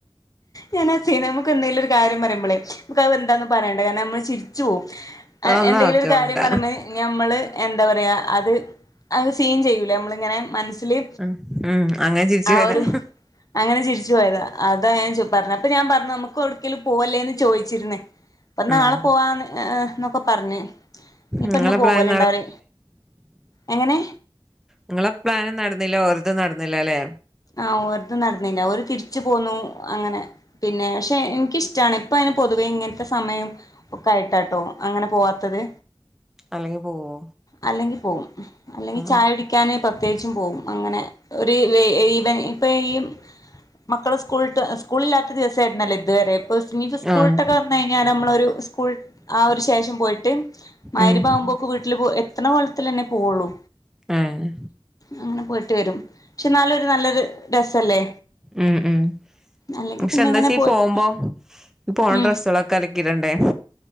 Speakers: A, on the left; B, in the centre.
A: ഞാനാ സീനാ നമുക്കെന്തേലൊരു കാര്യം പറയുമ്പളേ നമുക്ക് അവ എന്താന്ന് പറയണ്ട കാരണമ്മൾ ചിരിച്ചു പോവും. അ
B: എന്നാ
A: എന്തെങ്കിലൊരു
B: ഓക്കെ വേണ്ട
A: കാര്യം പറയുമ്പേ ഞം മ്മള് എന്താ പറയാ അത് അത് സീൻ ചെയ്യൂലെ നമ്മളിങ്ങനെ മൻസ്സില്.
B: ഉം ഉം അങ്ങനെ ചിരിച്ചു
A: ആ
B: പോയതാ
A: ഒരു അങ്ങനെ ചിരിച്ചു പോയതാ ആ ച്ചു പറഞ്ഞ അപ്പ ഞാൻ പറഞ്ഞു നമുക്കൊട്ക്കേലും പോവല്ലേന്ന് ചോയിച്ചിരിന്നേ അപ്പൊ നാളെ
B: ഉം
A: പോ വാന്ന് എ എ ന്നൊക്കെ പറഞ്ഞ്. ഇഞ്പ്പന്ന്
B: നിങ്ങളെ
A: പോവല്ണ്ടാവുലെ
B: പ്ലാൻ
A: എങ്ങനെ.
B: ഇങ്ങള പ്ലാനും നടന്നില്ല ഓര്തും നടന്നില്ല ലേ.
A: ആഹ് ഓര്തു നട്ന്നില്ല ഓര് തിരിച്ചു പോന്നു അങ്ങനെ പിന്നെ പക്ഷെ ഇൻക്കിഷ് റ്റാണ് ഇപ്പയിന് പൊതുവെ ഇങ്ങൻത്തെ സമയം ഒക്കെ ആയിട്ടാട്ടോ അങ്ങനെ പോവാത്തത്.
B: അല്ലെങ്കി പോവോ.
A: അല്ലെങ്കി പോവും അല്ലെങ്കി
B: ആഹ്
A: ചായുടിക്കാന് പ്രത്യേച്ചും പോവും അങ്ങനെ ഒരു വെയി ഇപ്പ ഈ മക്കള് സ്കൂൾട്ട് സ്കൂളില്ലാത്ത ദിവസായിരുന്നല്ലോ ഇതുവരെ. പൊസ്മിത് സ്കൂൾട്ടൊക്കെ
B: ആഹ്
A: വന്നഴിഞ്ഞാ നമ്മളൊരു സ്കൂൾ ആ ഒരു ശേഷം പോയിട്ട്. മയ്രിബാവുമ്പോക്ക്
B: ഉം
A: വീട്ടില് പോ എത്ത്ണ കോലത്തിലെന്നെ പോവൊള്ളൂ.
B: ഏഹ്
A: അങ്ങനെ പോയിട്ട് വരും പക്ഷെ ഇന്നാലൊരു നല്ലൊരു രസല്ലേ.
B: ഉം ഉം
A: അല്ലെങ്കി
B: പക്ഷെ
A: പിന്നെ
B: എന്താച്ചീ
A: ഇങ്ങനെ പോയി
B: പോവുമ്പം ഇ പോവ്ണ
A: ഉം
B: ഡ്രസ്സാളൊ ക്കലക്കിടണ്ടേ